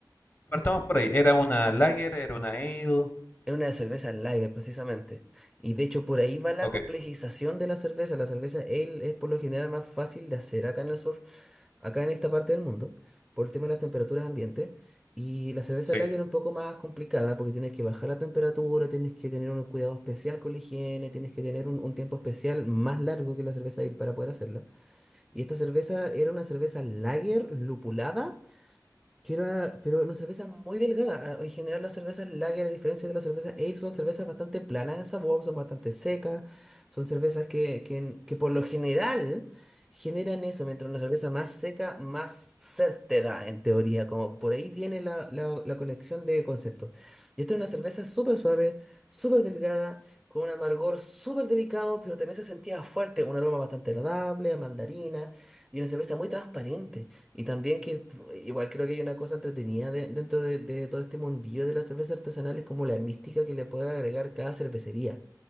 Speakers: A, on the left (about 35°); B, in the centre.
A: partamos por ahí. ¿Era una lager? ¿Era una ale?
B: Es una cerveza lager precisamente. Y de hecho por ahí va la
A: Ok,
B: complejización de la cerveza. La cerveza ale es por lo general más fácil de hacer acá en el sur. acá en esta parte del mundo, por el tema de las temperaturas ambiente. Y la cerveza
A: sí.
B: lager es un poco más complicada porque tienes que bajar la temperatura, tienes que tener un cuidado especial con la higiene, tienes que tener un, un tiempo especial más largo que la cerveza ale para poder hacerla. Y esta cerveza era una cerveza lager lupulada que era, pero una cerveza muy delgada. Ah, En general, las cervezas lager, a diferencia de las cervezas ale, son cervezas bastante planas en sabor, son bastante secas, son cervezas que, que, que por lo general generan eso, mientras una cerveza más seca, más sed te da, en teoría. Como por ahí viene la, la, la conexión de conceptos. Y esta es una cerveza súper suave, súper delgada, con un amargor súper delicado, pero también se sentía fuerte, un aroma bastante agradable, a mandarina, y una cerveza muy transparente. Y también que igual creo que hay una cosa entretenida de- dentro de, de todo este mundillo de la cerveza artesanal, es como la mística que le puede agregar cada cervecería.